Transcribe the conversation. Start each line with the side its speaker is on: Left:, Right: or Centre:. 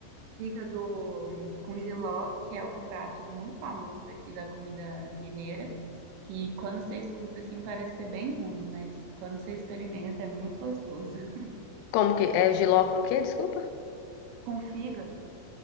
Right: fígado com giló, que é um prato muito famoso daqui da comida mineira, que quando você escuta assim parece ser bem ruim, mas quando você experimenta é muito gostoso. <laughs>
Left: Como que, é jiló com o quê? Desculpa.
Right: Com fígado,